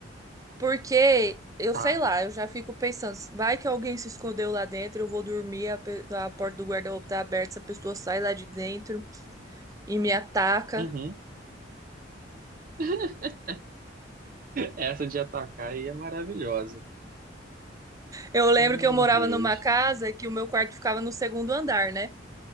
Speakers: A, on the right; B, on the right.
A: Porque eu
B: tá.
A: sei lá, eu já fico pensando, vai que alguém se escondeu lá dentro, eu vou dormir, a, pe- a porta do guarda-roupa tá aberta, essa pessoa sai lá de dentro e me ataca.
B: Uhum. <laughs> Essa de atacar aí é maravilhosa.
A: Eu lembro
B: Ai,
A: que eu morava
B: Deus.
A: numa casa que o meu quarto ficava no segundo andar, né?